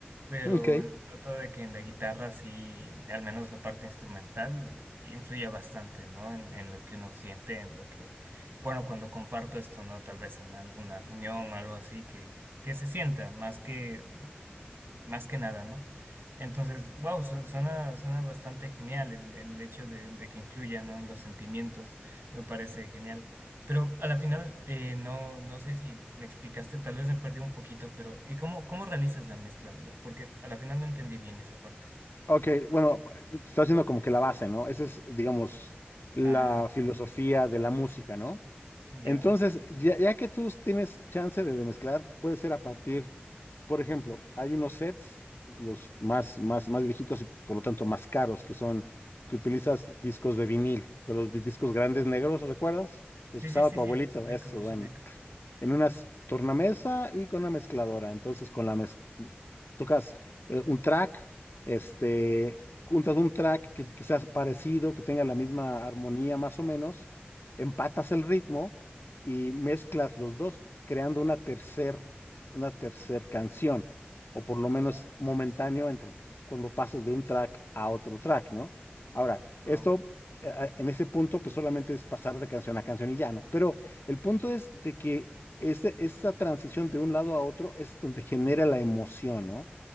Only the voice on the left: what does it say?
Ok.
Ok, bueno, está haciendo como que la base, ¿no? Esa es, digamos, la
filosofía de la música, ¿no?
Entonces, ya, ya que tú tienes chance de, de mezclar, puede ser a partir, por ejemplo, hay unos sets, los más, más, más viejitos y por lo tanto más caros, que son, que utilizas discos de vinil, de los discos grandes negros, ¿recuerdas? Los
que usaba
tu
abuelito,
eso,
bueno
en una s- tornamesa y con una mezcladora. Entonces, con la mez- tocas eh, un track, este, juntas un track que, que sea parecido, que tenga la misma armonía más o menos, empatas el ritmo y mezclas los dos, creando una tercer, una tercer canción, o por lo menos
momentáneo entre cuando pasas de un track a otro track, ¿no? Ahora, esto
eh, eh, en ese punto, pues solamente es pasar de canción a canción y ya, ¿no? Pero el punto es de que este, esta transición de un lado a otro es donde genera la emoción, ¿no?